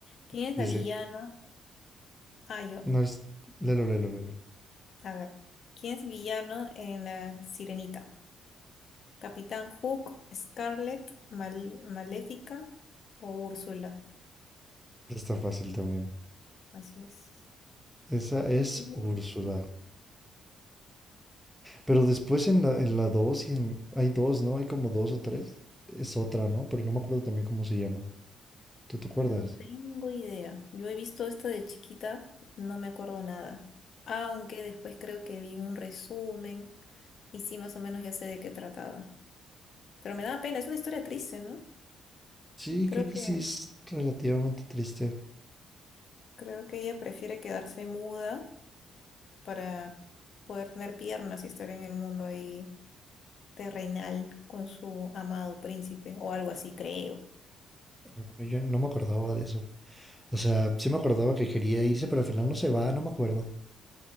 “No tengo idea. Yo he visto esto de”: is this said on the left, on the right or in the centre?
Left